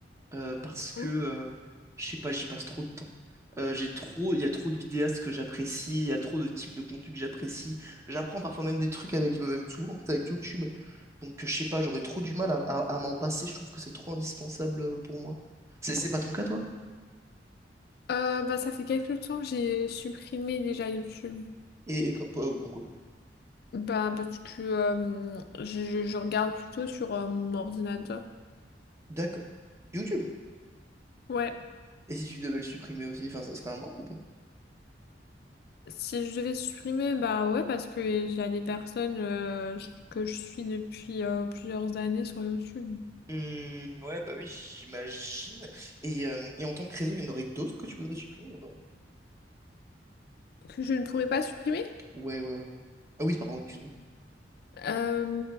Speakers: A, on the right (about 15°); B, on the left (about 60°).
A: euh, parce que
B: Hein
A: euh, je sais pas, j'y passe trop de temps. Euh, j'ai trop, il y a trop de vidéastes que j'apprécie, il y a trop de types de contenu que j'apprécie. J'apprends parfois même des trucs avec, bah, même souvent en fait avec YouTube. Donc euh, je sais pas, j'aurais trop du mal à, à- à m'en passer. Je trouve que c'est trop indispensable euh, pour moi. C'est c'est pas ton cas toi?
B: Euh, bah, ça fait quelques temps que j'ai supprimé déjà YouTube.
A: Et, et quand- euh, pourquoi?
B: Bah, parce que euh, je, je- je regarde plutôt sur euh, mon ordinateur.
A: D'accord. YouTube.
B: Ouais.
A: Et si tu devais le supprimer aussi, enfin, ça serait un manque ou pas?
B: Si je devais supprimer, bah ouais, parce que il y a des personnes euh, que je suis depuis euh, plusieurs années sur YouTube
A: Hmm, ouais, bah oui, j'imagine. Et, euh, et en tant que réseau, il y en aurait d'autres que tu voudrais supprimer ou pas?
B: que je ne pourrais pas supprimer.
A: Ouais, ouais, ouais. Ah oui, pardon, excuse-moi.
B: Euh,